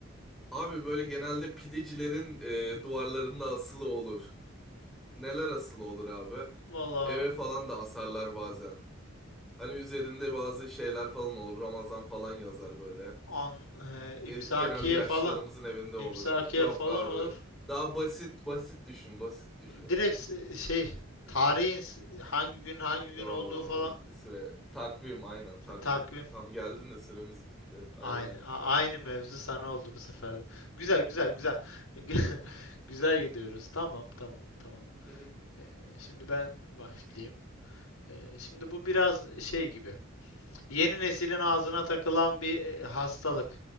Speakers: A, in the centre; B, on the left (about 85°).
A: Abi böyle genelde pidecilerin e, duvarlarında asılı olur. Neler asılı olur abi?
B: Valla
A: Eve falan da asarlar bazen. Hani üzerinde bazı şeyler falan olur. Ramazan falan yazar böyle.
B: An, e,
A: E,
B: imsakiye
A: genelde yaşlılarımızın
B: falan.
A: evinde olur.
B: İmsakiye
A: Yok
B: falan
A: abi.
B: olur.
A: Daha basit basit düşün, basit düşün.
B: Direkt şey tarihin hangi gün hangi
A: Yo
B: gün olduğu falan
A: bitti süre. Takvim aynen takvim.
B: takvim.
A: Tam geldin de süremiz bitti. Aynen.
B: Aynı a- aynı mevzu sana oldu bu sefer de. Güzel güzel güzel. <laughs> Güzel gidiyoruz. Tamam tamam tamam.
A: <laughs>
B: E, şimdi ben başlayayım. E, şimdi bu biraz şey gibi. Yeni neslin ağzına takılan bir e, hastalık.